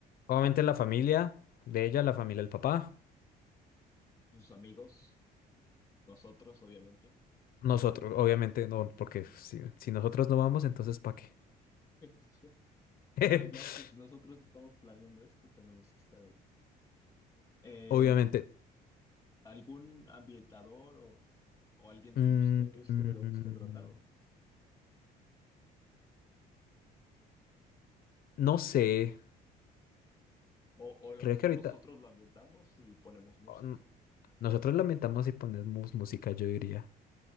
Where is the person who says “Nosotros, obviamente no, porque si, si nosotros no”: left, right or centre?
Left